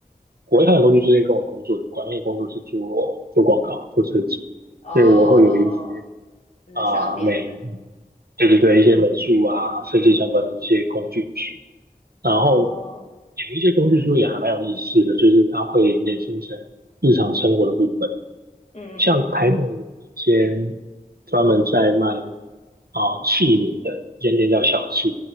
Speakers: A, on the right; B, on the left.
A: 我会看的工具书是跟我工作的关，因为工作是做做广告、做设计，
B: 哦哦，
A: 所以我会有一些
B: 就是需要点子。
A: 啊、美，对对对，一些美术啊、设计相关的一些工具书。然后
B: 哦，
A: 有一些工具书也还蛮有意思的，就是它会衍生成日常生活的部分。
B: 嗯嗯嗯，
A: 像台北有一间专门在卖啊器皿的一间店叫小气，